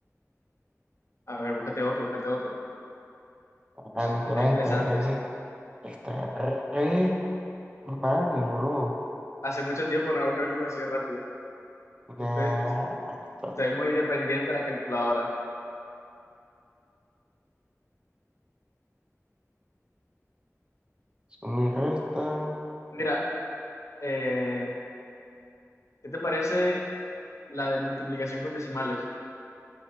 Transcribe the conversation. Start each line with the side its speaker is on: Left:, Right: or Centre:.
Left: A ver, búscate otro, búscate otro.
Right: Ah, Nicolás,
Left: Que están interesantes.
Right: está re, está re mal, bro.
Left: Hace mucho tiempo no hago cálculos así de rápido.
Right: Nah,
Left: Este,
Right: está.
Left: Soy muy dependiente de la calculadora.
Right: Suma y resta.
Left: Mira, eh, ¿qué te parece la de multiplicación con decimales?